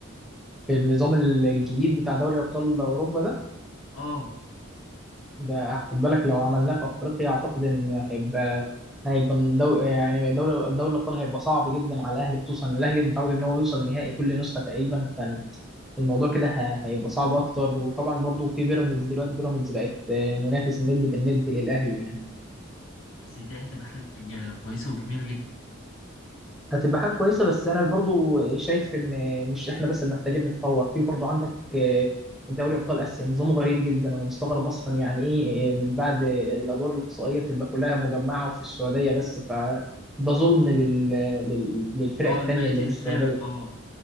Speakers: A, in the centre; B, on the left.
A: في النظام ال- الجديد بتاع دوري ابطال اوروبا ده
B: اه
A: ده خد بالك لو عملناه في افريقيا اعتقد ان هيبقى هيبقى دو يعني دوري دوري الابطال هيبقى صعب جدا على الاهلي خصوصا الاهلي متعود ان هو يوصل نهائي كل نسخة تقريبا فالموضوع كده ه- هيبقى صعب اكتر وطبعا برضو في بيراميدز دلوقتي بيراميدز بقت منافس الند بالند للاهلي يعني
B: بس دي هتبقى حاجه جا- كويسه وجميله جدا
A: هتبقى حاجة كويسة بس أنا برضو شايف إن مش إحنا بس اللي محتاجين نتطور في برضو عندك آه، دوري أبطال آسيا نظامه غريب جدا أنا مستغرب أصلا يعني إيه آه، من بعد آه، الأدوار الإقصائية تبقى كلها مجمعة وفي السعودية بس فده ظلم لل... لل... للفرق
B: اه
A: التانية
B: بقيه
A: اللي
B: الفرق
A: مش سعودية
B: اه